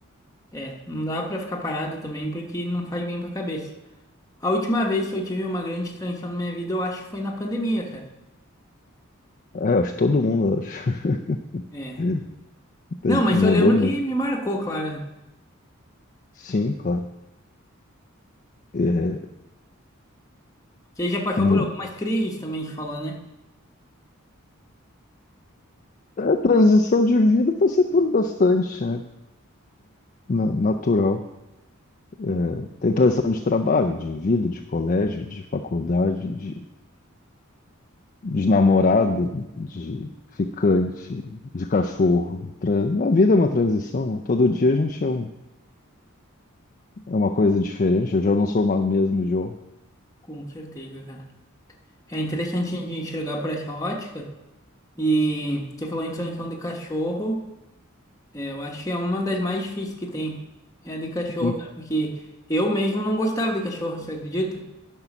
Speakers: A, on the left (about 15°); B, on the left (about 40°).
A: É, não dá para ficar parado também porque não faz bem para a cabeça. A última vez que eu tive uma grande transição na minha vida, eu acho que foi na pandemia, cara.
B: É, eu acho que todo mundo, eu acho.
A: É.
B: <laughs>
A: Não,
B: É,
A: mas
B: Mudou
A: eu lembro
B: muito.
A: que me marcou, claro, né?
B: Sim, claro. É,
A: Você já passou por
B: mu-
A: algumas crises também, você falou, né?
B: é, transição de vida passei por bastante, né? Na- natural. É, tem transição de trabalho, de vida, de colégio, de faculdade, de, de namorada, de ficante, de cachorro. Tran- A vida é uma transição, né? Todo dia a gente é um É uma coisa diferente, eu já não sou o mesmo John.
A: Com certeza, cara. É interessante a gente enxergar por essa ótica. E você falou em transição de cachorro. É, eu acho que é uma das mais difíceis que tem. É a de cachorro,
B: Hum,
A: cara, porque eu mesmo não gostava de cachorro, você acredita?